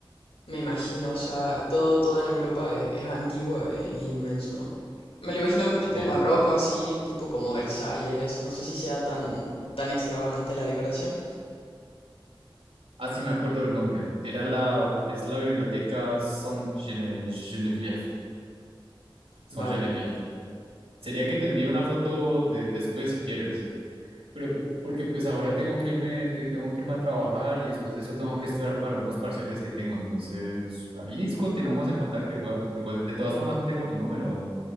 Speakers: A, on the left; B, on the right.
A: Me imagino, o sea, todo, todo en Europa e- es, antiguo e, e inmenso, ¿no? Me lo imagino tipo
B: Sí.
A: barroco así, tipo como Versalles, no sé si sea tan, tan extravagante la decoración.
B: Ah, sí, me acuerdo del nombre. Era la, es la biblioteca Saint Gene- Geneviève. Saint
A: Vaya.
B: Geneviève. Sería que te envíe una foto de, después si quieres. pero porque pues ahora tengo que irme, te- tengo que irme a trabajar y después de eso tengo que estudiar para unos parciales que tengo. Entonces, ahí es- continuamos en contacto igual. Igual, de todas formas, tengo tu número aún.